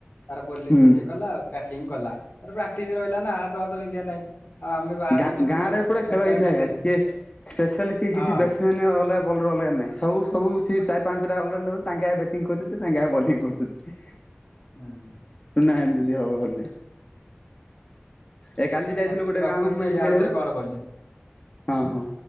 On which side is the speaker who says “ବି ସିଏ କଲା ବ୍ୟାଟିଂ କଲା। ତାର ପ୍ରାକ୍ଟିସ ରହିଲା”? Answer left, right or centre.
Left